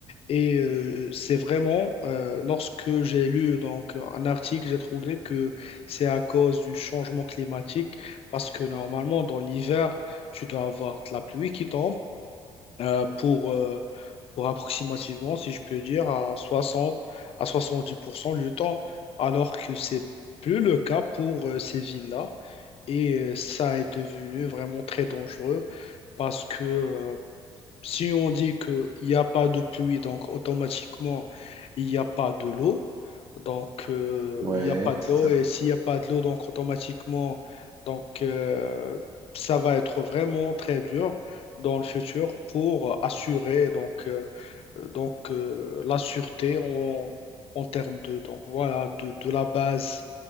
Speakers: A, on the left; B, on the right.
A: Et euh, c'est vraiment, euh, lorsque j'ai lu donc, un article, j'ai trouvé que c'est à cause du changement climatique parce que normalement, dans l'hiver, tu dois avoir de la pluie qui tombe euh, pour, euh, pour approximativement, si je peux dire, à 60 à 70% du temps, alors que c'est plus le cas pour euh, ces villes-là. Et euh, ça est devenu vraiment très dangereux parce que, euh, si on dit qu'il n'y a pas de pluie, donc automatiquement, il n'y a pas de l'eau. Donc, euh,
B: ouais,
A: il n'y a pas de
B: c'est
A: l'eau.
B: ça.
A: Et s'il n'y a pas de l'eau, donc automatiquement, donc, euh, ça va être vraiment très dur dans le futur pour assurer donc, euh, donc, euh, la sûreté en, en termes de, donc, voilà, de, de la base,